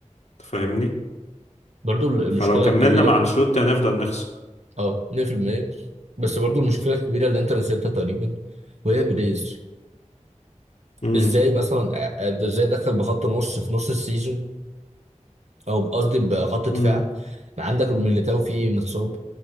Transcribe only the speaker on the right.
برضو المشكله
الكبيره
اه 100% بس برضو المشكله الكبيره اللي انت نسيتها تقريبا وهي بريز
ازاي مثلا ازاي دخل بخط نص في نص السيزون او قصدي بخط دفاع
عندك ميليتاو فيه متصاب